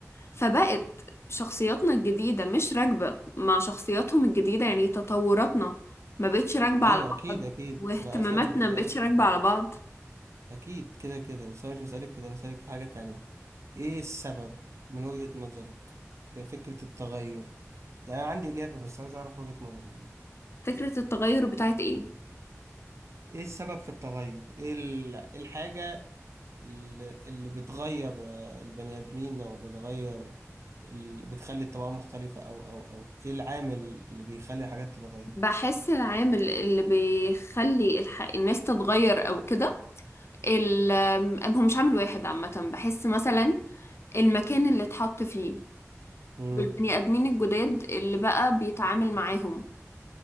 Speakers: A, on the left; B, on the right.
A: فبقت شخصياتنا الجديدة مش راكبة مع شخصياتهم الجديدة يعني تطوراتنا ما بقتش راكبة
B: ايوه
A: على
B: اكيد
A: بعض
B: اكيد
A: واهتماماتنا
B: انا اصلا مش بسألك
A: ما بقتش راكبة
B: في ده
A: على بعض
B: اكيد كده كده بس انا مش بسألك في ده بسألك في حاجة تانية ايه السبب من وجهة نظرك في فكرة التغير يعني انا عندي اجابة بس عايز اعرف وجهة نظرك
A: فكرة التغير بتاعت ايه
B: ايه السبب في التغير ايه ال- إيه الحاجة اللي اللي بتغير آه، البني ادمين او بتغير اللي بتخلي الطباع مختلفة او او او ايه العامل اللي بيخلي الحاجات تتغير
A: بحس العامل اللي بيخلي الح... الناس تتغير او كده ال... أم- هو مش عامل واحد عامة بحس مثلا المكان اللي اتحط فيه
B: امم
A: والبني آدمين الجداد اللي بقى بيتعامل معاهم